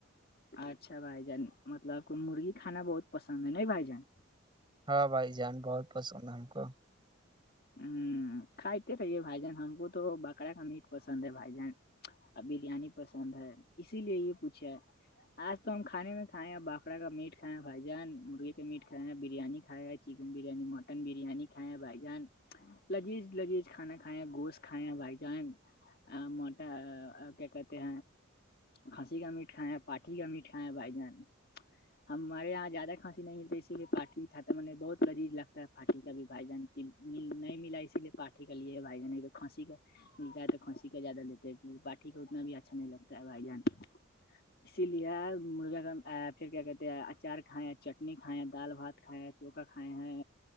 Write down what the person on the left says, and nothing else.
اچھا بھائی جان مطلب آپ کو مرغی کھانا بہت پسند ہے ن بھائی جان
ہوں کھاتتے رہیے بھائی جان ہم کو تو بکرا کا میٹ پسند ہے بھائی جان ا بریانی پسند ہے اسی لیے یہ پوچھا آج تو ہم کھانے میں کھائے ہیں باکرا کا میٹ کھائے ہیں بھجن مرغے کا میٹ کھائے ہیں بریانی کھائے گ چکن بریانی مٹن بریانی کھیا بھائی جان لذیذ لذیج کھانا کھائے ہیں گوشت کھائے ہیں بھائی جان آ موٹا کیا کہتے ہیں کھنسی کا میٹ کھیں ہیں پاٹی کا میٹ کھائے ہیں بھائی جان ہمارے یہاں زیادہ کانسی نہیں ملتی ہے اسی لیے پاٹھی تھا م نے بہت ذیز لگتا ہے پاٹھی کا بھی بھائی جان نہیں ملا اسی لیے پارٹٹی کا لیے بھائی ج نے جو کانسی کا ملتا ہے تو کھسی کا زیادہ لیتے ہیں پاٹٹی کا اتنا بھی اچھا نہیں لگتا ہے بھائی جان اسی لیے مرغا کا پھر کیا کہتے ہیں اچار کھائے چٹنی کھائیں دال بھات کھائےیں چوکا کھائے ہیں